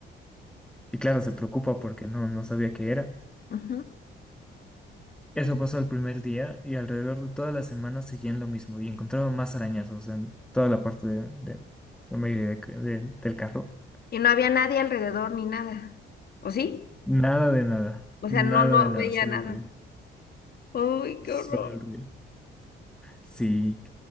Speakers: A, in the centre; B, on the left.
A: Y claro, se preocupa porque no, no sabía qué era.
B: ujú.
A: Eso pasó el primer día y alrededor de toda la semana seguían lo mismo y encontraba más arañazos en toda la parte de, de- la mayoría de- de- del carro.
B: Y no había nadie alrededor ni nada. ¿O sí?
A: Nada de nada,
B: O sea,
A: nada
B: no, no
A: de nada,
B: veía
A: solo
B: nada.
A: el río.
B: ¡Ay, qué
A: Solo
B: horror!
A: el río. Sí.